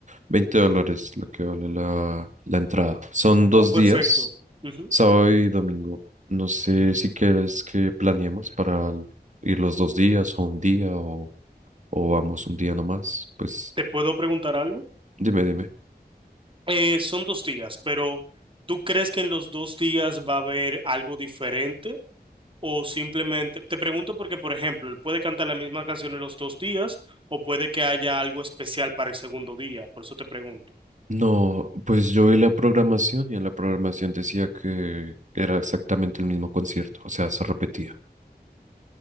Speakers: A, on the right; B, on the right.
A: 20 dólares lo que vale la, la entrada. Son dos
B: Oh, perfecto.
A: días,
B: Ujú.
A: sábado y domingo. No sé si quieres que planeemos para el- ir los dos días o un día o, o vamos un día nomás. Pues
B: ¿Te puedo preguntar algo?
A: dime, dime.
B: Eh, son dos días, pero ¿tú crees que en los dos días va a haber algo diferente? O simplemente, te pregunto porque, por ejemplo, él puede cantar la misma canción en los dos días o puede que haya algo especial para el segundo día, por eso te pregunto.
A: No, pues yo vi la programación y en la programación decía que era exactamente el mismo concierto, o sea, se repetía.